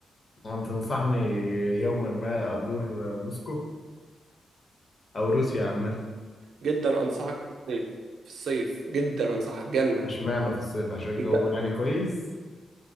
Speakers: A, on the left (about 35°); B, on the right (about 80°).
A: أنت تنصحني يوما ما أزور موسكو أو روسيا عامة
B: جدا انصحك في الصيف في الصيف جدا انصحك جنة
A: مش معنى في الصيف عشان الجو
B: انت
A: يعني كويس